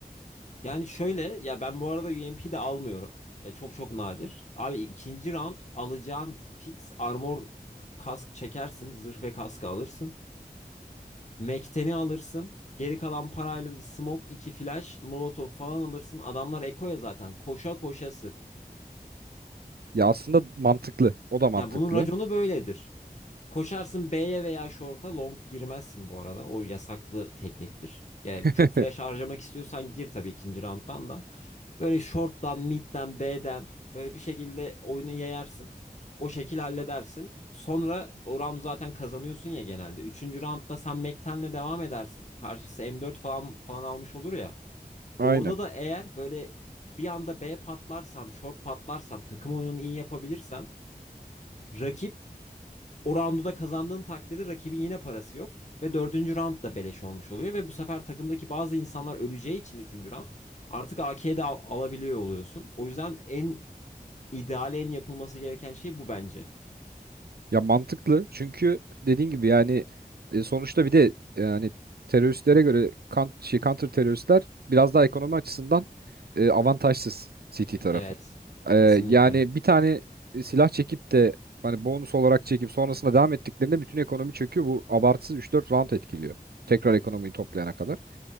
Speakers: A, on the left; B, on the right.
A: Yani şöyle ya ben bu arada UMP de almıyorum. Ya çok çok nadir. Abi ikinci round alacağın fix armor kask çekersin. Zırh ve kaskı alırsın. Mekten'i alırsın. Geri kalan parayla da smoke, iki flash, molotov falan alırsın. Adamlar ekoya zaten. Koşa koşa sık.
B: Ya aslında mantıklı. O da mantıklı.
A: Ya bunun raconu böyledir. Koşarsın B'ye veya short'a long girmezsin bu arada. O yasaklı tekniktir. Yani
B: <laughs>
A: çok flash harcamak istiyorsan gir tabii ikinci round'dan da. Böyle short'tan, mid'den, B'den böyle bir şekilde oyunu yayarsın. O şekil halledersin. Sonra o round'u zaten kazanıyorsun ya genelde. Üçüncü round'da sen Mekten'le devam edersin. Karşısı M4 falan falan almış olur ya.
B: Aynen.
A: Orada da eğer böyle bir anda B patlarsan, short patlarsan, takım oyununu iyi yapabilirsen rakip o roundu da kazandığın takdirde rakibin yine parası yok. Ve dördüncü round da beleş olmuş oluyor. Ve bu sefer takımdaki bazı insanlar öleceği için üçüncü round artık AK'de alabiliyor oluyorsun. O yüzden en ideal en yapılması gereken şey bu bence.
B: Ya mantıklı çünkü dediğin gibi yani e, sonuçta bir de yani teröristlere göre kan, şey, counter teröristler biraz daha ekonomi açısından e, avantajsız CT tarafı.
A: Evet.
B: E,
A: Kesinlikle.
B: yani bir tane e, silah çekip de hani bonus olarak çekip sonrasında devam ettiklerinde bütün ekonomi çöküyor. Bu abartısız üç dört round etkiliyor. Tekrar ekonomiyi toplayana kadar.